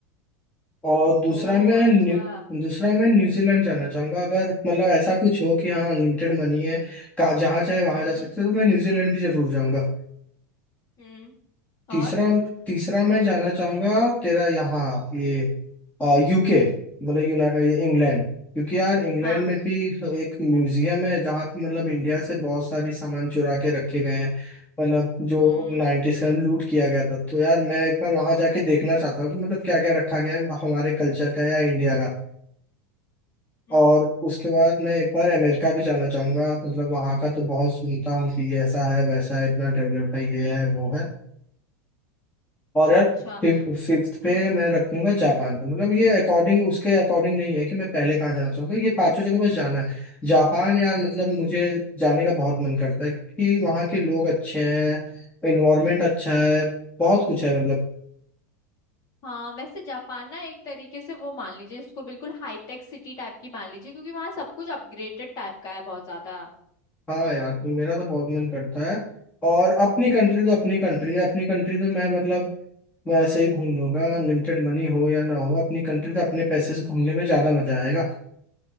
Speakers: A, on the left; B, on the left.
A: और दूसरा
B: ओ
A: मैं
B: अच्छा
A: न्यू दूसरा मैं न्यूजीलैंड जाना चाहूंगा अगर मतलब ऐसा कुछ हो कि हाँ अनलिमिटेड मनी है कहाँ जहाँ चाहे वहां
B: हम्म
A: जा सकते हो तो मैं न्यूजीलैंड भी जरूर जाऊंगा
B: हम्म
A: तीसरा
B: और
A: तीसरा मैं जाना चाहूंगा तेरा यहाँ ये यूके मतलब यूनाइटेड इंग्लैंड क्योंकि यार इंग्लैंड
B: हाँ
A: में भी एक म्यूजियम है जहाँ पे मतलब इंडिया से बहुत सारी सामान चुरा के रखे गए हैं मतलब जो
B: हम्म
A: नाइन्टीज में लूट किया गया था तो यार मैं एक बार वहाँ जाके देखना चाहता हूँ कि मतलब क्या क्या रखा गया है हमारे कल्चर का या इंडिया का
B: हम्म
A: और उसके बाद मैं एक बार अमेरिका भी जाना चाहूंगा मतलब वहाँ का तो बहुत सुनता हूँ कि ये ऐसा है वैसा है इतना डेवलप है ये है वो है और
B: अच्छा
A: यार फिफ्थ पे
B: हम्म
A: मैं रखूंगा जापान का मतलब ये अकॉर्डिंग उसके अकॉर्डिंग नहीं है कि मैं पहले कहाँ जाना चाहूंगा ये पांचों जगह बस जाना है जापान यार मतलब मुझे जाने का बहुत मन करता है क्योंकि वहाँ के लोग अच्छे हैं इन्वायरमेंट अच्छा है बहुत कुछ है मतलब
B: हाँ वैसे जापान ना एक तरीके से वो मान लीजिए इसको बिल्कुल हाईटेक सिटी टाइप की मान लीजिए क्योंकि वहाँ सब कुछ अपग्रेडेड टाइप का है बहुत ज्यादा
A: हाँ यार तो मेरा तो बहुत मन करता है और अपनी
B: हम्म
A: कंट्री तो अपनी कंट्री है अपनी कंट्री तो मैं मतलब मैं ऐसे ही घूम लूंगा लिमिटेड मनी हो या ना हो अपनी कंट्री तो अपने पैसे से घूमने में ज्यादा मजा आएगा